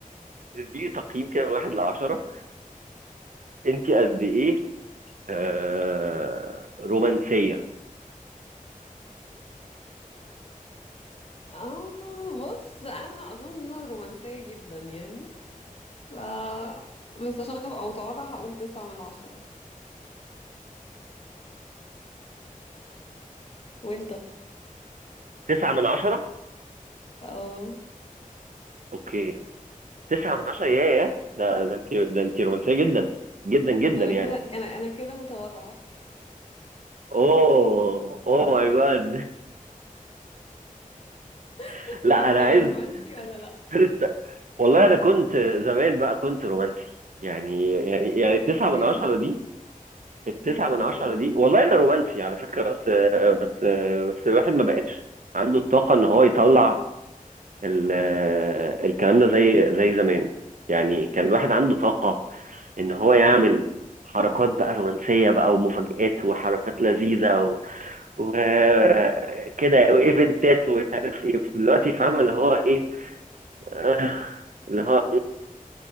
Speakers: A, on the right; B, on the left.
A: اديني تقييم كده من واحد لعشرة انت قد ايه آه رومانسيه
B: اه بص انا اظن ان انا رومانسية جدا يعني ف... بس عشان ابقى متواضعة هقول تسعة من عشرة وانت
A: تسعة من عشرة
B: اه
A: اوكي تسعة من عشرة ياه ده ده انت ده انت رومانسيه جدا جدا جدا
B: ده انا
A: يعني
B: كده انا انا كده متواضعة
A: اوه اوه ماي جاد <laughs>
B: <laughs>
A: لا
B: وانت
A: انا
B: بقى
A: عايز
B: رومانسي ولا لا
A: فرقة والله انا كنت زمان بقى كنت رومانسي يعني يعني يعني التسعة
B: يا ساتر
A: من عشرة دي التسعة
B: يا ساتر
A: من عشرة دي والله انا رومانسي على فكرة بس بس بس الواحد ما بقاش عنده الطاقة ان هو يطلع ال- الكلام ده زي زي زمان يعني كان الواحد عنده طاقة ان هو يعمل حركات بقى رومانسية بقى ومفاجآت وحركات لذيذة و- وكده وايفنتات ومش عارف ايه دلوقتي فاهمة اللي هو ايه آه، اللي هو